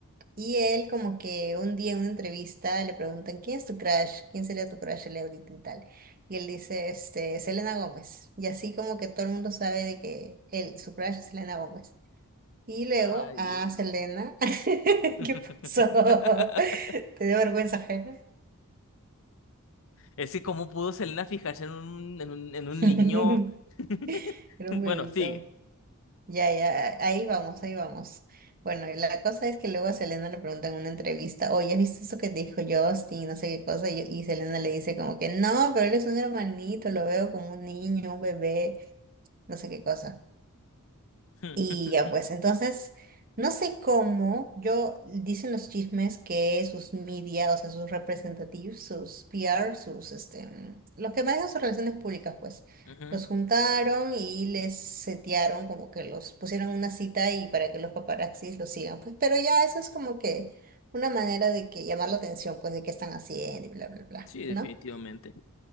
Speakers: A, on the right; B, on the left.
A: Y él como que un día en una entrevista le preguntan, ¿quién es tu crush? ¿Quién sería tu crush el ahorita y tal? Y él dice, este, Selena Gómez. Y así como que todo el mundo sabe de que él, su crush es Selena Gómez. Y luego
B: Ay,
A: a
B: Dios.
A: Selena. <laughs>
B: <laughs>
A: ¿Qué pasó? <laughs> ¿Te dio vergüenza ajena?
B: Es que cómo pudo Selena fijarse en un, en un, en un
A: <laughs>
B: niño. <laughs>
A: Era un
B: Bueno,
A: bebito.
B: sigue.
A: Ya, ya, ahí vamos, ahí vamos. Bueno, y la cosa es que luego a Selena le preguntan en una entrevista, oye, ¿has visto eso que te dijo Justin? No sé qué cosa. Y, y Selena le dice como que, no, pero él es un hermanito, lo veo como un niño, un bebé, no sé qué cosa.
B: <laughs>
A: Y ya pues, entonces, no sé cómo, yo dicen los chismes que sus media, o sea, sus representativos, sus PR, sus, este, mm, los que manejan sus relaciones públicas, pues,
B: Ujú.
A: los juntaron y les setearon, como que los pusieron una cita y para que los paparazzis los sigan, pues, pero ya eso es como que una manera de que llamar la atención, pues, de qué están haciendo y bla, bla, bla,
B: Sí, definitivamente.
A: ¿no?